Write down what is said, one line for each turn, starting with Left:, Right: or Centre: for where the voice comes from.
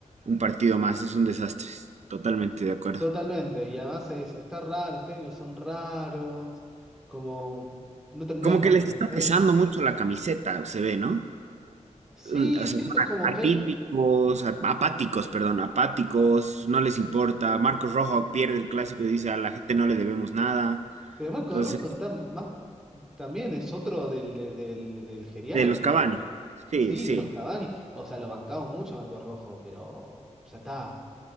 Right: un partido más, es un desastre, totalmente de acuerdo.
Centre: Totalmente. Y además es, está raro, los técnicos son raros, como no termina
Right: Como
Centre: de convencer.
Right: que les está pesando mucho la camiseta, se ve, ¿no?
Centre: Sí,
Right: Un- O sea,
Centre: siento
Right: son
Centre: como
Right: atípicos,
Centre: que hay,
Right: a- apáticos, perdón, apáticos, no les importa. Marcos Rojo pierde el clásico y dice a la gente no le debemos nada.
Centre: Pero Marco
Right: Entonces,
Centre: Rojo está más, también es otro del, del, del- del geriátrico,
Right: de los Cavani,
Centre: tam-
Right: sí,
Centre: sí,
Right: sí,
Centre: de los Cavani. O sea, lo bancamos mucho a Marcos Rojo, pero ya está.